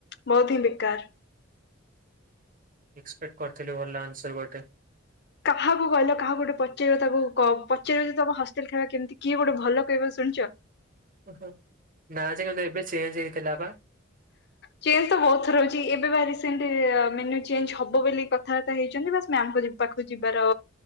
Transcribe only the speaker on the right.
ଏକ୍ସପେକ୍ଟ କରିଥିଲୁ ଭଲ ଆନ୍ସର ଗୋଟେ
ଓହୋ ନା ସେ କିନ୍ତୁ ଏବେ ଚେଞ୍ଜ ହେଇଥିଲା ପା